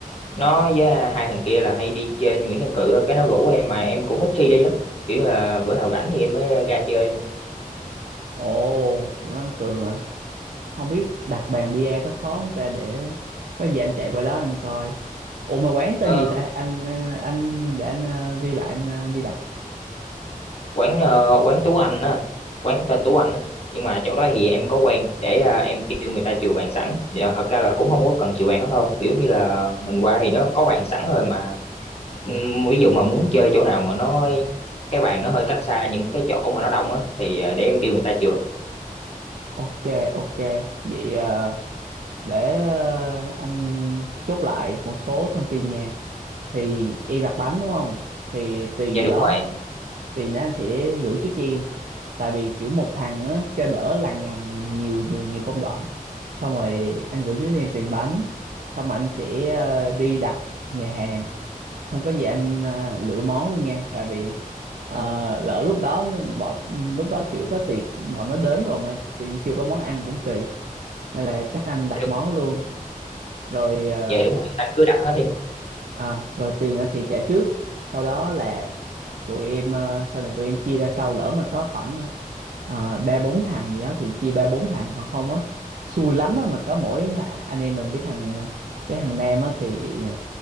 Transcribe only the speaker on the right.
ồ Nguyễn Văn Cường không biết đặt bàn bia có khó không ta để có gì anh chạy qua đó anh coi ủa mà quán tên
gì ta anh ờ, anh để anh ờ, ghi lại anh ờ, đi đặt
ok ok vậy ờ, để ờ, anh chốt lại một số thông tin nha thì em đặt bánh đúng không thì tiền
đó
tiền đó anh sẽ gửi trước cho em tại vì kiểu một thằng á cho đỡ lằng nhằng nhiều nhiều nhiều công đoạn xong rồi anh gửi trước cho em tiền bánh xong rồi anh sẽ ờ, đi đặt nhà hàng xong có gì anh à, lựa món luôn nha tại vì ờ, lỡ lúc đó bọn lúc đó kiểu có tiệc bọn nó đến rồi mà tự nhiên chưa có món ăn cũng kỳ nên là chắc anh đặt
món luôn rồi ờ,
à, rồi tiền anh sẽ trả trước sau đó là tụi em ờ, sau này tụi em chia ra sau lỡ mà có khoảng ờ, ba bốn thằng gì đó thì chia ba bốn thằng còn không á xui lắm á mà có mỗi anh em mình với thằng à, với thằng Nam á thì